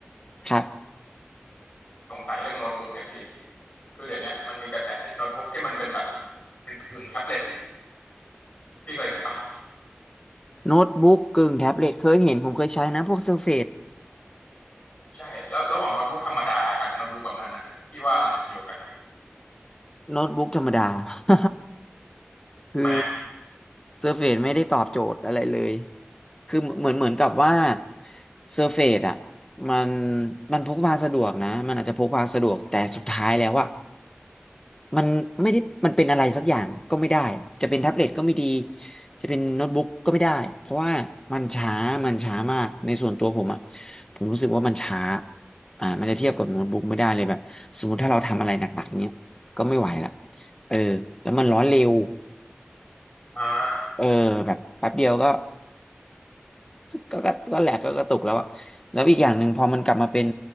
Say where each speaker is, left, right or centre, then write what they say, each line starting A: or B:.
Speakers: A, on the left (about 15°); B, on the left (about 35°).
A: ครับ
B: สงสัยเรื่องโน้ตบุ๊กเนี่ยพี่คือเดี๋ยวเนี้ยมันมีกระแสโน้ตบุ๊กที่มันเป็นแบบเป็นผื่นแท็บเล็ตพี่เคยเห็นป่ะ
A: โน้ตบุ๊กกึ่งแท็บเล็ตเคยเห็นผมเคยใช้นะพวกเซอร์เฟซ
B: ใช่แล้วระหว่างโน้ตบุ๊กธรรมดากับโน้ตบุ๊กแบบนั้นอ่ะพี่ว่าอันไหนดีกว่ากัน
A: โน้ตบุ๊กธรรมดา <laughs> คือ
B: ทำไมอ่ะ
A: เซอร์เฟซไม่ได้ตอบโจทย์อะไรเลยคือเหมือนเหมือนกับว่าเซอร์เฟซอ่ะมันมันพกพาสะดวกนะมันอาจจะพกพาสะดวกแต่สุดท้ายแล้วอ่ะมันไม่ได้มันเป็นอะไรสักอย่างก็ไม่ได้จะเป็นแท็บเล็ตก็ไม่ดีจะเป็นโน้ตบุ๊กก็ไม่ได้เพราะว่ามันช้ามันช้ามากในส่วนตัวผมอ่ะผมรู้สึกว่ามันช้าอ่ามันจะเทียบกับโน้ตบุ๊กไม่ได้เลยแบบสมมติถ้าเราทำอะไรหนักๆเนี้ยก็ไม่ไหวละเออแล้วมันร้อนเร็ว
B: อ่า
A: เออแบบแป๊บเดียวก็ก็ก็ก็แหลกก็กระตุกแล้วอะแล้วอีกอย่างหนึ่งพอมันกลับมาเป็น